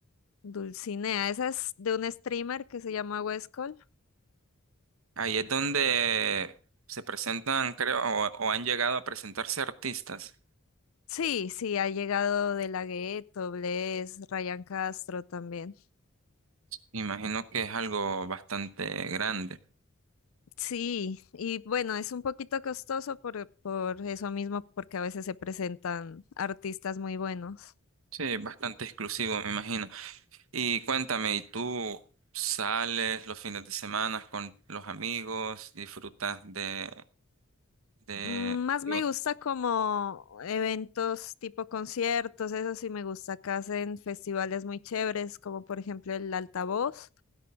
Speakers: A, on the left (about 70°); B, on the right (about 70°).
A: Dulcinea, esa es de un streamer que se llama Westcol.
B: Ahí es donde se presentan, creo, o o han llegado a presentarse artistas.
A: Sí, sí, ha llegado De La Ghetto, Bless, Ryan Castro también.
B: Imagino que es algo bastante grande.
A: Sí, y bueno, es un poquito costoso por, por eso mismo, porque a veces se presentan artistas muy buenos.
B: Sí, bastante exclusivo, me imagino. Y cuéntame, ¿y tú sales los fines de semana con los amigos? ¿Disfrutas de, de,
A: Mm, Más
B: de
A: me
B: un-
A: gusta como eventos tipo conciertos, eso sí me gusta. Acá hacen festivales muy chéveres, como por ejemplo el Altavoz,